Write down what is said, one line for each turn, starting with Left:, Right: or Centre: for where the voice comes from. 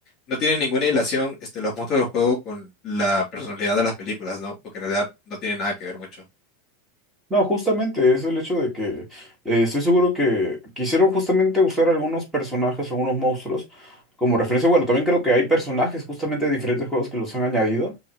Left: no tienen ninguna relación este, los monstruos del juego con la personalidad de las películas, ¿no? Porque en realidad no tienen nada que ver mucho.
Centre: No, justamente es el hecho de que eh, estoy seguro que quisieron justamente usar algunos personajes, algunos monstruos como referencia. Bueno, también creo que hay personajes justamente de diferentes juegos que los han añadido.